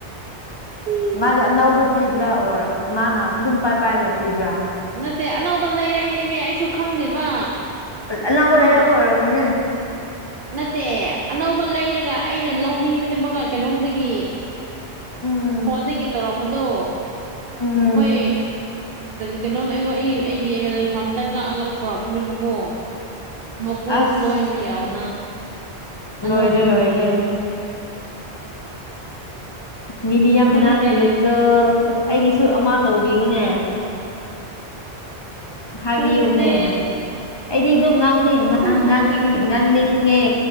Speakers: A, on the right; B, on the left.
A: ꯎꯝ
B: ꯃꯥꯗ ꯑꯅꯧꯕ ꯄꯤꯕ꯭ꯔꯥ ꯑꯣꯔ ꯃꯥꯅ ꯑꯗꯨꯝ ꯄꯥꯏ ꯄꯥꯏꯔꯒ ꯄꯤꯕ꯭ꯔꯥ
A: ꯅꯠꯇꯦ ꯑꯅꯧꯕ ꯂꯩꯔꯛꯏꯅꯦꯃꯦ ꯑꯩꯁꯨ ꯈꯪꯗꯦꯕ
B: ꯑꯅꯧꯕ
A: ꯎꯝ
B: ꯂꯩꯔꯛꯄ ꯑꯣꯏꯔꯝꯒꯅꯤ
A: ꯅꯠꯇꯦ ꯑꯅꯧꯕ ꯂꯩꯔꯒ ꯑꯩꯅ ꯂꯧꯕꯤꯕꯅꯦꯕꯒ ꯀꯩꯅꯣꯝꯗꯒꯤ
B: ꯎꯝ
A: ꯐꯣꯟꯗꯒꯤ ꯇꯧꯔꯛꯄꯗꯣ
B: ꯎꯝ
A: ꯃꯣꯏ ꯀꯩꯅꯣꯝ ꯑꯩꯉꯣꯟ ꯑꯩ ꯑꯩꯒꯤ ꯂꯩꯐꯝꯗ ꯀꯛꯑꯒ ꯄꯨꯔꯛꯄꯅꯦꯕꯀꯣ ꯃꯄꯨꯁꯨ
B: ꯑꯁ
A: ꯂꯣꯏꯅ ꯌꯥꯎꯅ
B: ꯂꯣꯏꯔꯦ
A: ꯑꯅꯧꯕꯒꯤꯅꯦ
B: ꯂꯣꯏꯔꯦ ꯃꯤꯗꯤ ꯌꯥꯝ
A: ꯈꯪꯗꯦ
B: ꯏꯅꯥ ꯈꯨꯂꯛꯀ ꯑꯩꯒꯤꯁꯨ ꯑꯃ ꯇꯧꯕꯤꯌꯨꯅꯦ ꯍꯥꯏꯕꯤꯌꯨꯅꯦ
A: ꯈꯪꯗꯦꯅꯦ
B: ꯑꯩꯗꯤ ꯑꯗꯨꯝꯅꯤꯡ
A: ꯅꯣꯛꯅꯤꯡꯉꯤ
B: ꯉꯥꯡꯅꯤꯡꯉꯦ